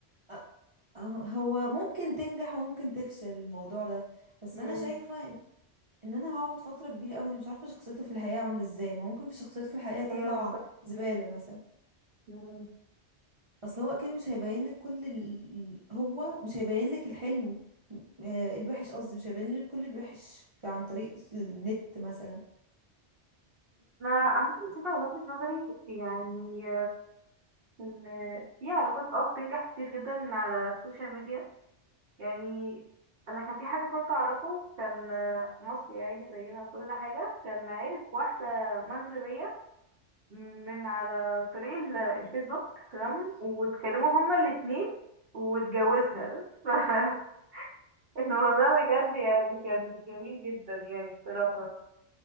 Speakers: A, on the right (about 35°); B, on the right (about 60°).
A: أ- أه- هو ممكن تنجح وممكن تفشل الموضوع ده بس
B: مم.
A: انا شايفة ان إن انا هقعد فترة كبيرة قوي انا مش عارفة شخصيته في الحقيقة عاملة ازاي ما ممكن في شخصيته في الحقيقة تطلع
B: ايوه بالظبط
A: زبالة مثلا
B: مم.
A: اصل هو اكيد مش هيبين لك كل ال... ال- هو مش هيبين لك الحلو آه، الوحش قصدي مش هيبين لك كل الوحش في- عن طريق النت مثلا
B: انا عامة شايفة من وجهة نظري يعني ان في علاقات اه بتنجح كتير جدا من على السوشيال ميديا يعني انا كان في حد كنت اعرفه كان مصري عادي زينا وكل حاجه كان عارف واحده مغربيه من على طريق ال- الفيسبوك تمام واتكلموا هما الاتنين واتجوزها <laughs> فالموضوع بجد يعني كان جميل جدا يعني بصراحه